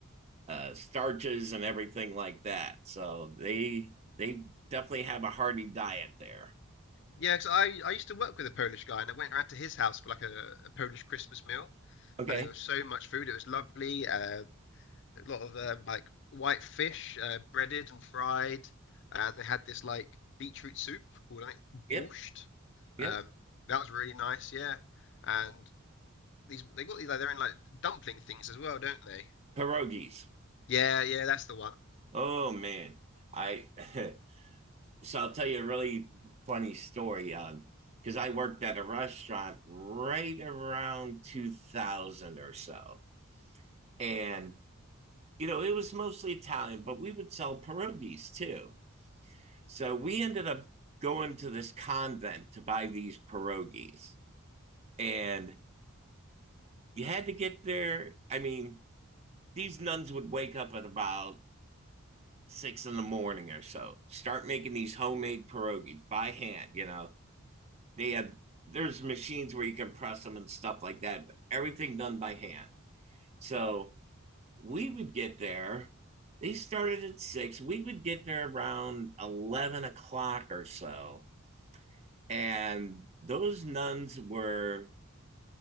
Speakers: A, on the right; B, on the left.
A: uh, starches and everything like that. So they they definitely have a hearty diet there.
B: yeah, because I, I used to work with a Polish guy and I went around to his house for like a, a Polish Christmas meal
A: Okay.
B: and there was so much food. It was lovely. Um, a lot of um, like white fish, uh, breaded and fried, and they had this like beetroot soup called I think
A: Yep.
B: borscht.
A: Yep.
B: Um, that was really nice, yeah. And these they got these like they're in like dumpling things as well, don't they?
A: Pierogies.
B: Yeah, yeah, that's the one.
A: Oh man, I. <laughs> so I'll tell you a really funny story. Um, because I worked at a restaurant right around 2000 or so, and you know it was mostly Italian, but we would sell pierogies too. So we ended up going to this convent to buy these pierogies, and you had to get there. I mean, these nuns would wake up at about six in the morning or so, start making these homemade pierogies by hand, you know They have there's machines where you can press them and stuff like that, but everything done by hand. So we would get there. They started at six. We would get there around eleven o'clock or so, and those nuns were